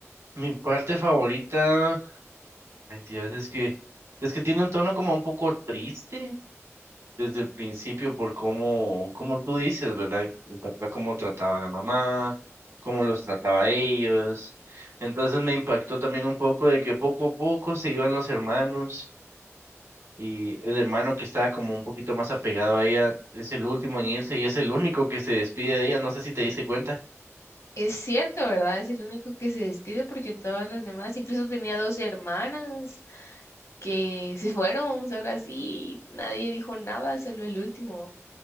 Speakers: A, on the right; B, on the left.
A: Mi parte favorita, ay Dios, es que, es que tiene un tono como un poco triste desde el principio por cómo, como tú dices, ¿verdad? El papá cómo trataba a la mamá, cómo los trataba a ellos. Entonces me impactó también un poco de que poco a poco se iban los hermanos Y el hermano que estaba como un poquito más apegado a ella es el último en irse y es el único que se despide de ella. No sé si te diste cuenta.
B: Es cierto, ¿verdad? Es el único que se despide porque todos los demás, incluso tenía dos hermanas que se <laughs> fueron solo así, nadie dijo nada, solo el último.